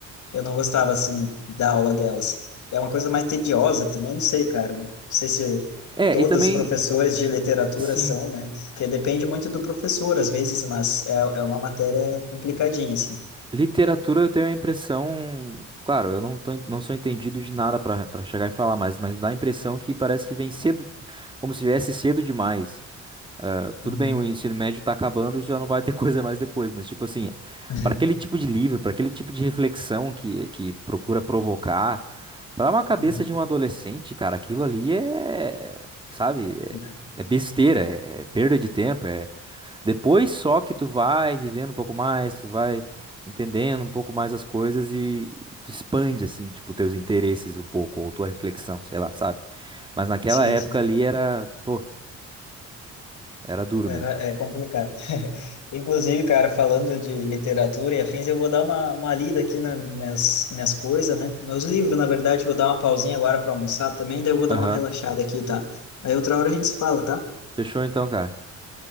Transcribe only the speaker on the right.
É,
e também,
sim,
literatura eu tenho a impressão, claro, eu não tô, não sou entendido de nada para para chegar e falar, mas mas dá a impressão que parece que vem cedo, como se viesse cedo demais. Ah, Tudo
bem, o ensino médio tá acabando, já não vai ter <laughs> coisa mais depois, mas tipo assim,
para aquele tipo de livro, para aquele tipo de reflexão que, que procura provocar, para uma cabeça
de um adolescente, cara, aquilo ali é, sabe,
é, é besteira, é, é perda de tempo, é depois só que tu vai vivendo um pouco mais, tu vai entendendo um pouco mais as coisas e, e tu expande assim, tipo, teus interesses um pouco ou tua reflexão, sei lá, sabe? Mas naquela
época
ali era, pô, era duro
mesmo.
Aham.
Fechou então, cara.